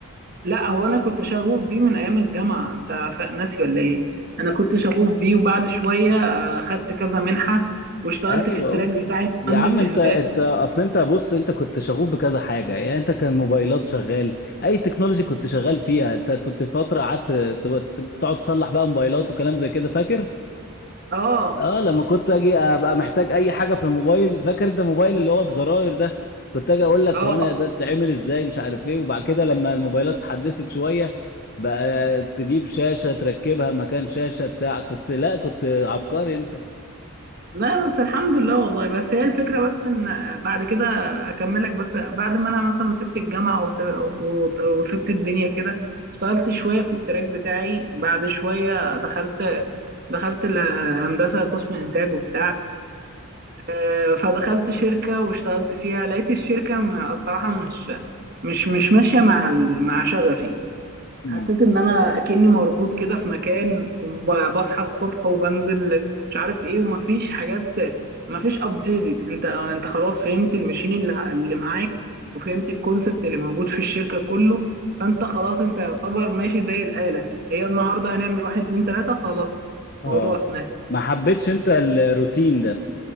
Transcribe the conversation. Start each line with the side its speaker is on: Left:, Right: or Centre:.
Right: لا هو انا كنت شغوف بيه من ايام الجامعه انت فا- ناسي ولا ايه انا كنت شغوف بيه وبعد شويه آه، خدت كذا منحه واشتغلت
Left: ايوه
Right: في التراك
Left: اقول كده
Right: بتاعي
Left: يا
Right: مهندس
Left: عم انت
Right: انتاج
Left: انت اصل انت بص انت كنت شغوف بكذا حاجه يعني انت كان موبايلات شغال اي تكنولوجي كنت شغال فيها انت كنت فتره قعدت ت- ت- تقعد تصلح بقى موبايلات وكلام زي كده فاكر
Right: اه
Left: اه لما كنت اجي ابقى محتاج اي حاجه في الموبايل فاكر انت الموبايل اللي هو بزراير ده كنت اجي اقول لك
Right: اه
Left: هو انا ده بتعمل ازاي مش عارف ايه وبعد كده لما الموبايلات اتحدثت شويه بقى تجيب شاشه تركبها مكان شاشه بتاع كنت لا كنت عبقري انت
Right: لا بس الحمد لله والله بس هي الفكرة بس ان بعد كده اكملك بس بعد ما انا مثلا سبت الجامعة وس- و- وسبت الدنيا كده اشتغلت شوية في التراك بتاعي بعد شوية دخلت دخلت الهندسة قسم انتاج وبتاع آه، فدخلت شركة واشتغلت فيها لقيت الشركة م- الصراحة مش مش مش ماشية مع ال- مع شغفي
Left: امم
Right: حسيت ان انا اكني مربوط كده في مكان وبصحى الصبح وبنزل مش عارف ايه ومفيش حاجات مفيش ابديت انت انت خلاص فهمت المشين اللي ع- اللي معاك وفهمت الكونسبت اللي موجود في الشركة كله فانت خلاص انت يعتبر ماشي زي الآلة هي النهارده هنعمل واحد اتنين تلاتة خلاص
Left: اه
Right: موضوع اتنين
Left: ما حبيتش انت الروتين ده